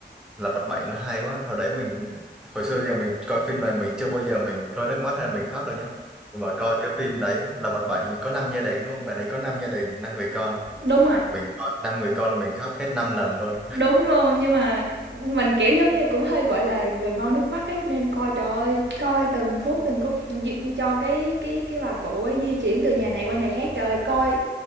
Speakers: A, in the centre; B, on the right.
A: là vật bảy nó hay quá hồi đấy mình hồi xưa giờ mình coi phim này mình chưa bao giờ mình rơi nước mắt hay là mình khóc đâu nhá nhưng mà coi cái phim đấy là vật bảy có năm gia đình luôn bạn ấy có năm gia đình năm người con
B: Đúng rồi.
A: mình coi năm người con là mình khóc hết năm lần luôn
B: Đúng luôn, nhưng mà mình, kiểu, giống như, cũng hơi, gọi là, người mau nước mắt ấy, nên coi, trời ơi, coi từng phút, từng phút d cho cái cái cái bà cụ ấy di chuyển từ nhà này qua nhà khác. Trời ơi, coi